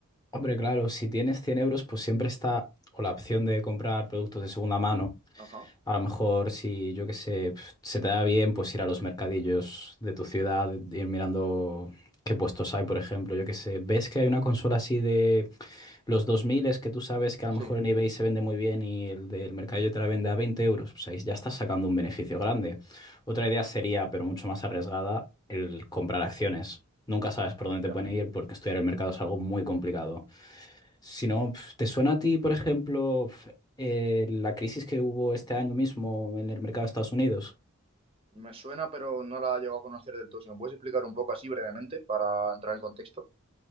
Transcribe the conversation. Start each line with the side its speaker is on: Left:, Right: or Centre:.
Left: Hombre, claro, si tienes 100 euros, pues siempre está o la opción de comprar productos de segunda mano.
Right: Ajá,
Left: A lo mejor, si yo qué sé, pf, se te da bien, pues ir a los mercadillos de tu ciudad, ir mirando qué puestos hay, por ejemplo, yo qué sé. ¿Ves que hay una consola así de los 2000 es que tú sabes que a lo
Right: sí,
Left: mejor en eBay se vende muy bien y el del mercadillo te la vende a 20 euros? Pues ahí ya estás sacando un beneficio grande. Otra idea sería, pero mucho más arriesgada, el comprar acciones. Nunca sabes por dónde
Right: ya.
Left: te pueden ir porque estudiar el mercado es algo muy complicado. Si no, pf, ¿te suena a ti, por ejemplo, pf, eh, la crisis que hubo este año mismo en el mercado de Estados Unidos?
Right: Me suena, pero no la llego a conocer del todo. Si me puedes explicar un poco así brevemente para entrar en contexto.